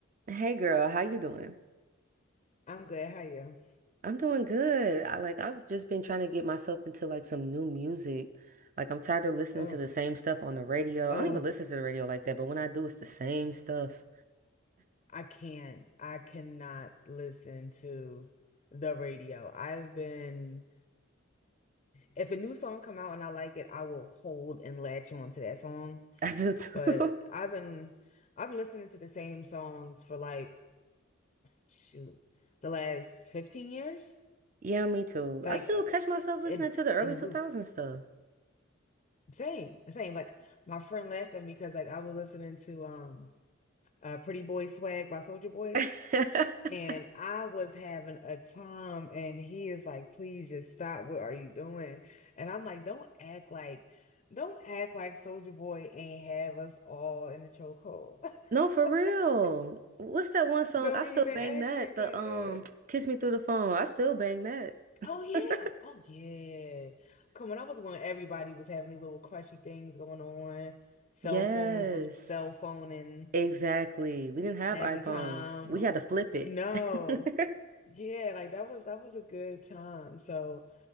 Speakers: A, on the right (about 40°); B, on the left (about 35°).
A: Hey girl, how you doing?
B: I'm good. How you?
A: I'm doing good. I like I've just been trying to get myself into like some new music. Like I'm tired of listening
B: Oh,
A: to the same stuff on the radio.
B: oh,
A: I don't even listen to the radio like that, but when I do, it's the same stuff.
B: I can't. I cannot listen to the radio. I've been, if a new song come out and I like it, I will hold and latch on to that song.
A: <laughs> I do too.
B: But
A: <laughs>
B: I've been, I've been listening to the same songs for like, shoot, the last 15 years,
A: Yeah, me too.
B: like
A: I still
B: uh,
A: catch myself listening
B: in
A: to the early
B: in a loop.
A: 2000s stuff.
B: Same, same. Like my friend laughed at me because like I was listening to um, uh, Pretty Boy Swag by Soldier Boy.
A: <laughs>
B: And I was having a time, and he is like, please just stop. What are you doing? And I'm like, don't act like, don't act like Soldier Boy ain't have us all in the chokehold.
A: No, for real.
B: <laughs>
A: What's that one song?
B: Don't
A: I still
B: even
A: bang
B: act
A: that.
B: like
A: The
B: that.
A: um Kiss Me Through the Phone. I still bang that.
B: Oh yeah.
A: <laughs>
B: Oh yeah. Come on, I was when everybody was having these little crushy things going on. Cell
A: Yes.
B: phones was cell phoning
A: Exactly. We didn't have
B: at
A: iPhones.
B: the time.
A: We had to flip it.
B: No.
A: <laughs>
B: Yeah, like that was that was a good time. So